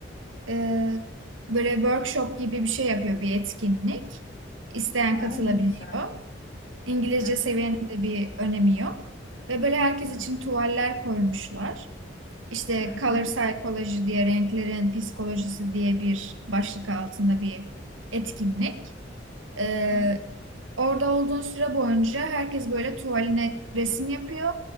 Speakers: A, on the right; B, on the left.
A: Ee, böyle workshop gibi bir şey yapıyor bir etkinlik. İsteyen
B: Aa,
A: katılabiliyor.
B: ne güzel.
A: İngilizce
B: Hı hı,
A: seviyenin de bir önemi yok. Ve böyle herkes
B: hı
A: için tuvaller koymuşlar. İşte
B: hı,
A: color psychology diye renklerin psikolojisi diye bir başlık altında bir etkinlik. Ee,
B: hı hı.
A: Orada olduğun süre boyunca herkes böyle tuvaline resim yapıyor